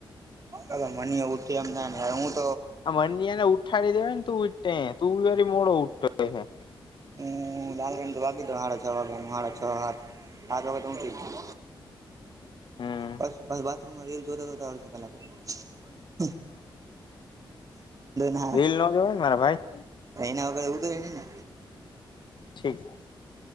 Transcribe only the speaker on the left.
આ મન્યાંને ઉઠાડી દેવાય તુ ઊઠ તયે તું જ હજુ મોડો ઉઠતો હશે.
હમ
રીલ
નો જોવાઈ ને મારા ભાઈ.
<unintelligible>